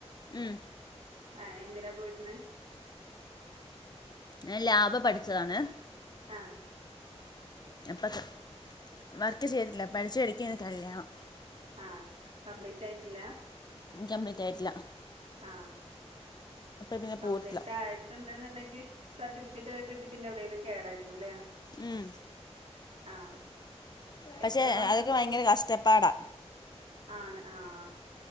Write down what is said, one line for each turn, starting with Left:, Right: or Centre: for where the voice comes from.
Left: ഉം.
Right: ആഹ്. എന്തിനാ പോയിര്ന്നേ?
Left: ഞാൻ ലാബ് പഠിച്ചതാണ്.
Right: ആഹ്.
Left: <unintelligible> വർക്ക് ചെയ്തിട്ടില്ല. പഠിച്ച എടെക്കെയ്ന് കല്യാണം.
Right: ആഹ്. കംപ്ലീറ്റ് ആയ്ട്ട്ല്ല?
Left: കംപ്ലീറ്റായിട്ടില്ല.
Right: ആഹ്.
Left: പിന്നെ
Right: കംപ്ലീറ്റ്
Left: പോയിട്ടില്ല
Right: ആയിട്ട്ണ്ട്ന്ന്ണ്ടെങ്കി സർട്ടിഫിക്കറ്റൊക്കെ കിട്ടി പിന്നെവ്ടേലും കേറായിര്ന്നുലെ?
Left: ഉം.
Right: ആഹ്.
Left: പക്ഷെ,
Right: എത്ര മാസം
Left: അതൊക്കെ
Right: പോയി
Left: വയങ്കര കഷ്ടപ്പാടാ.
Right: ആണ് ആഹ്.